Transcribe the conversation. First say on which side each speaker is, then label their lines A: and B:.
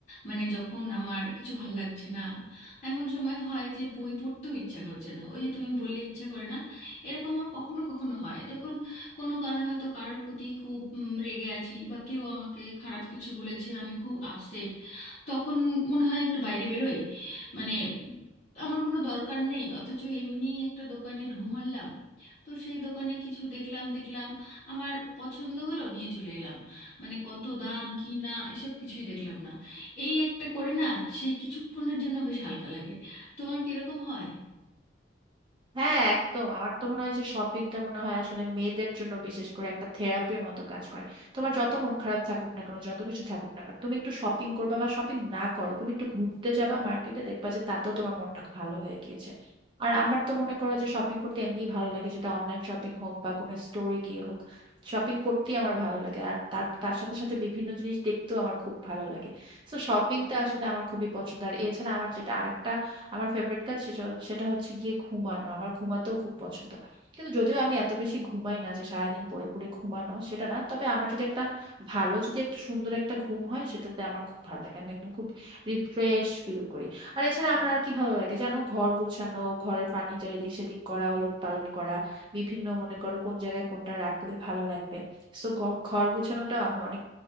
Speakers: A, on the left; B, on the right.
A: মানে যখন আমার কিছু ভালো লাগছে না এমন সময় হয় যে বই পড়তেও ইচ্ছা করছে না ওই যে তুমি বললে ইচ্ছা করে না এরকম আমার কখনো কখনো হয় যখন কোনো কারণে হয়তো কারোর প্রতি খুব উম, রেগে আছি বা কেউ আমাকে খারাপ কিছু বলেছে আমি খুব আপসেট তখন মনে হয় একটু বাইরে বেরোই মানে আমার কোনো দরকার নেই অথচ এমনি একটা দোকানে ঢু মারলাম তো সেই দোকানে কিছু দেখলাম দেখলাম আমার পছন্দ হলো নিয়ে চলে এলাম মানে কত দাম কি না এসব কিছুই দেখলাম না এই একটা করে না সেই কিছুক্ষণের জন্য বেশ হালকা লাগে তোমার কিরকম হয়
B: হ্যাঁ একদম আমার তো মনে হয় যে শপিংটা মনে হয় আসলে মেয়েদের জন্য বিশেষ করে একটা থেরাপির মতো কাজ করে তোমার যত মন খারাপ থাকুক না কেন যত কিছু থাকুক না কেন তুমি একটু শপিং করবা বা শপিং না করো তুমি একটু ঘুরতে যাবা মার্কেটে দেখবা যে তাতেও তোমার মনটা ভালো হয়ে গিয়েছে আর আমার তো মনে করো যে শপিং করতে এমনিই ভালো লাগে সেটা অনলাইন শপিং হোক বা কোনো স্টোরে গিয়ে হোক শপিং করতেই আমার ভালো লাগে আর তার তার সাথে সাথে বিভিন্ন জিনিস দেখতেও আমার খুব ভালো লাগে তো শপিংটা আসলে আমার খুবই পছন্দ আর এছাড়া আমার যেটা আরেকটা আমার ফেভারিট কাজ সেটা সেটা হচ্ছে গিয়ে ঘুমানো আমার ঘুমাতেও খুব পছন্দ কিন্তু যদিও আমি এত বেশি ঘুমাই না যে সারাদিন পড়ে পড়ে ঘুমানো সেটা না তবে আমার যদি একটা ভালো যদি একটা সুন্দর একটা ঘুম হয় সেটাতে আমার খুব ভালো লাগে আমি একদম খুব রিফ্রেশ ফিল করি আর এছাড়া আমার আর কি ভালো লাগে জানো ঘর গুছানো ঘরের ফার্নিচার এদিক সেদিক করা ওলট পালট করা বিভিন্ন মনে করো কোন জায়গায় কোনটা রাখলে ভালো লাগবে সো ঘর গুছানোটা আমি অনেক